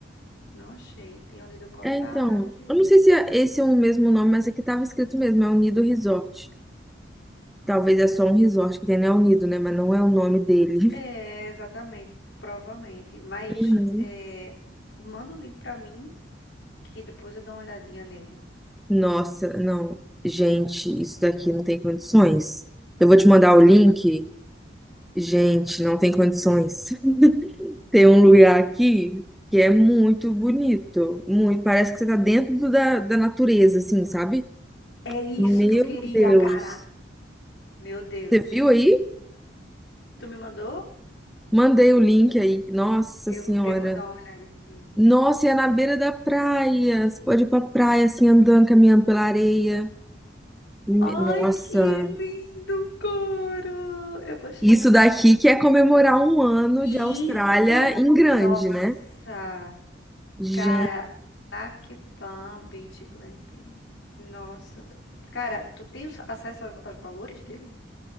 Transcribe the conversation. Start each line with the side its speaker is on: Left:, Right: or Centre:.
Left: não achei. Tem o Nido Cottages.
Centre: É, então. Eu não sei se é- esse é o mesmo nome, mas aqui tava escrito mesmo, El Nido Resort. Talvez é só um resort que tem no El Nido, né? Mas não é o nome dele.
Left: É, exatamente, provavelmente. Mas
Centre: Uhum.
Left: é, manda o link pra mim, que depois eu dou uma olhadinha nele.
Centre: Nossa, não. Gente, isso daqui não tem condições. Eu vou te mandar o link. Gente, não tem condições. Tem um lugar aqui que é muito bonito, muito, parece que você tá dentro do- da, da natureza, assim, sabe?
Left: É isso
Centre: Meu
Left: que eu queria,
Centre: Deus.
Left: cara! Meu Deus.
Centre: Você viu aí?
Left: Tu me mandou?
Centre: Mandei o link aí. Nossa
Left: Eu,
Centre: Senhora.
Left: eu vou dar uma olhada aqui.
Centre: Nossa, e é na beira da praia. Você pode ir pra praia, assim, andando, caminhando pela areia. Me-
Left: Ai,
Centre: Nossa,
Left: que lindo, cara! Eu vou chorar.
Centre: isso daqui que é comemorar um ano
Left: Isso,
Centre: de Austrália em grande,
Left: nossa,
Centre: né? Gente,
Left: cara, Nac Palm Beach Glamping. Nossa, cara, tu tem os- acesso aos, aos valores dele?